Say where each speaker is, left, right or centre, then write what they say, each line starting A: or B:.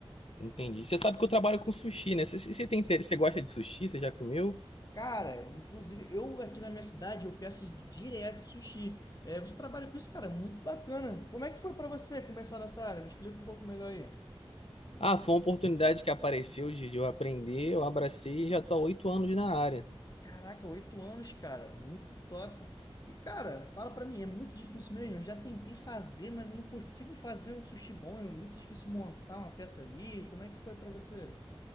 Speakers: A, on the left; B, on the left.
A: Entendi. Você sabe que eu trabalho com sushi, né? Você, você tem interesse, você gosta de sushi? Você já comeu?
B: Cara, inclusive, eu aqui na minha cidade, eu peço direto sushi. É, você trabalha com isso, cara, muito bacana. Como é que foi pra você começar nessa área? Me explica um pouco melhor aí.
A: Ah, foi uma oportunidade que apareceu de, de eu aprender, eu abracei e já estou há oito anos na área.
B: Caraca, oito anos, cara, muito top. E, cara, fala pra mim, é muito difícil mesmo. Eu já tentei fazer, mas eu não consigo fazer um sushi bom. É muito difícil montar uma peça ali. Como é que foi pra você?